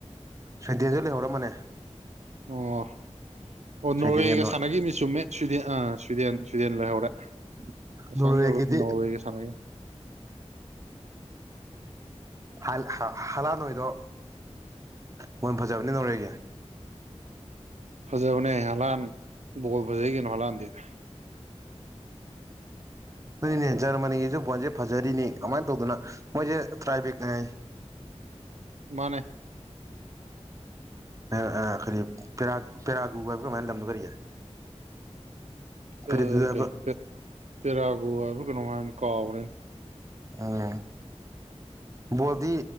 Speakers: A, on the right; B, on the right.
A: ꯁ꯭ꯋꯤꯗꯦꯟꯖꯨ ꯂꯩꯍꯧꯔꯝꯃꯅꯤ
B: ꯑꯣ ꯑꯣ
A: ꯁ꯭ꯋꯤꯗꯦꯟꯒ
B: ꯅꯣꯔꯋꯦꯒ
A: ꯅꯣꯔ
B: ꯁꯥꯟꯅꯒꯤꯝꯅꯤ ꯆꯨꯝꯃꯦ ꯁ꯭ꯋꯤꯗꯦꯟ ꯑ ꯁ꯭ꯋꯤꯗꯦꯟ ꯁ꯭ꯋꯤꯗꯦꯟ ꯂꯩꯍꯧꯔꯦ ꯉꯁꯥꯏ
A: ꯅꯣꯔꯋꯦꯒꯤꯗꯤ
B: ꯅꯣꯔ ꯅꯣꯔꯋꯦꯒ ꯁꯥꯟꯅꯒꯅꯤ
A: ꯍꯥꯜ ꯍꯥ ꯍꯥꯂꯥꯟ ꯍꯣꯏꯗꯣ ꯕꯣꯟ ꯐꯖꯕꯅꯤ ꯅꯣꯔꯋꯦꯒꯤ
B: ꯐꯖꯕꯅꯦ ꯍꯥꯂꯥꯟ ꯕꯣꯜ ꯐꯖꯩ ꯀꯩꯅꯣ ꯍꯥꯂꯥꯟꯗꯤ
A: ꯁꯤꯅꯦ ꯖꯔꯃꯅꯤꯒꯤꯁꯨ ꯕꯣꯟꯖꯦ ꯐꯖꯔꯤꯅꯤ ꯀꯃꯥꯏꯅ ꯇꯧꯗꯅ ꯃꯣꯏꯁꯦ ꯇ꯭ꯔꯥꯏꯕꯤꯛ ꯅꯤ ꯍꯥꯏ
B: ꯃꯥꯅꯦ
A: ꯑ ꯑ ꯀꯔꯤ ꯄꯦꯔ ꯄꯦꯔꯥꯒꯨ ꯍꯥꯏꯕ ꯀꯩꯅꯣꯝ ꯍꯥꯏ ꯂꯝꯗꯣ ꯀꯔꯤ ꯄꯦꯔꯥꯒꯨ
B: ꯑ
A: ꯍꯥꯏꯕ
B: ꯀꯩ ꯄꯦ ꯄꯦꯔꯥꯒꯣ ꯍꯥꯏꯕ꯭ꯔꯥ ꯀꯩꯅꯣꯝ ꯍꯥꯏꯕꯅꯤ ꯀꯥꯎꯒ꯭ꯔꯦꯅꯦ
A: ꯑꯥ ꯕꯣꯜꯗꯤ